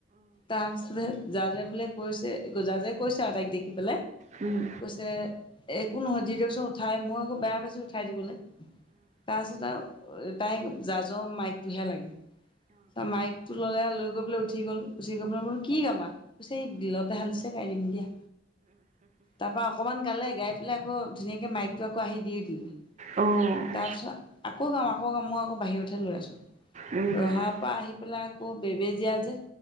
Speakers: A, on the left; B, on the right.
A: তাৰপিছতে জাজে বোলে কৈছে জাজে কৈছে আৰু তাইক দেখি পেলাই
B: উম।
A: কৈছে একো নহয় দি দিয়কচোন উঠাই, মই আকৌ বেয়া পাইছো উঠাই দিবলে। তাৰপাছত আৰু তাইক জাজৰ মাইকটোহে লাগে ত মাইকটো ল'লে লৈ গৈ পেলাই উঠি গল, উঠি গৈ পেলে বলো কি গাবা? কৈছে বিলতে হালিছে গাই দিম দিয়া। তাৰ পৰা অকমান গালে গাই পেলাই আকৌ ধুনীয়াকৈ মাইকটো আকৌ আহি দিয়ে দিলে।
B: অ'
A: তাৰপিছত আকৌ গাম আকৌ গাম মই আকৌ বাহিৰতহে লৈ আছোঁ।
B: উম,
A: ৰহা পা আহি পেলাই আকৌ বেবেজীয়া যে